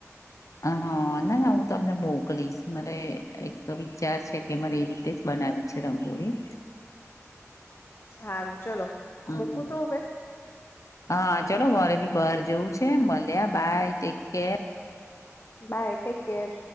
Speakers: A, on the left; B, on the left.
A: હ હા ના ના હું તમને મોકલીશ મરે એક વિચાર છે કે મારે એ રીતે જ બનાવી છે રંગોળી
B: <inaudible> સારું ચલો
A: હમ
B: મૂકું તો
A: હ
B: હવે
A: હા ચાલો મારે ભી બહાર જવું છે મળ્યા bye take care
B: bye take care